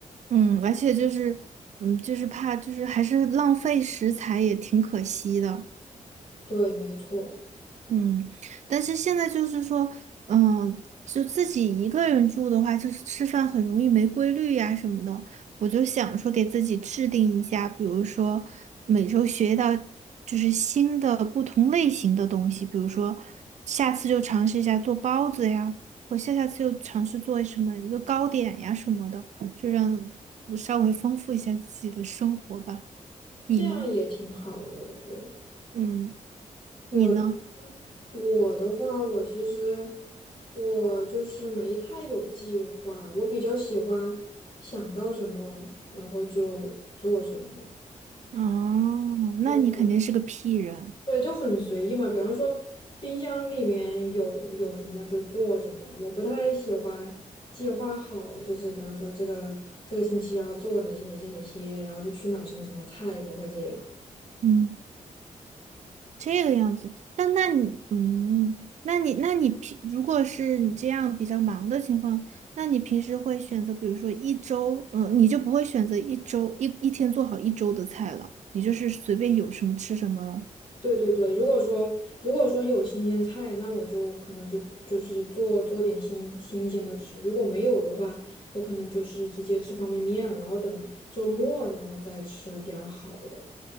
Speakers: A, on the right; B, on the left.
A: 嗯，而且就是，嗯，就是怕就是还是浪费食材也挺可惜的。
B: 对，没错，
A: 嗯，但是现在就是说，嗯，就自己一个人住的话，就是吃饭很容易没规律呀、什么的。我就想说，给自己制定一下，比如说每周学到就是新的不同类型的东西，比如说下次就尝试一下做包子呀，我下下次又尝试做什么一个糕点呀什么的，就让我稍微丰富一下自己的生活吧。你呢？
B: 这样也挺好的，我觉得。
A: 嗯，
B: 我
A: 你呢？
B: 我的话，我其实我就是没太有计划，我比较喜欢想到什么，然后就做什么。
A: 哦，那你肯定是个
B: 就很。
A: P 人。
B: 对，就很随意嘛。比方说，冰箱里面有有什么就做什么。我不太喜欢计划好，就是比方说这个这个星期要做哪些哪些哪些，然后就去买什么什么菜，不会这样。
A: 嗯，这个样子。那那你，嗯，那你，那你平，如果是你这样比较忙的情况，那你平时会选择，比如说一周，嗯，你就不会选择一周一一天做好一周的菜了，你就是随便有什么吃什么了。
B: 对对对，如果说如果说有新鲜菜，那我就可能就就是做做点新新鲜的吃。如果没有的话，我可能就是直接吃方便面了，然后等周末然后再吃点儿好的。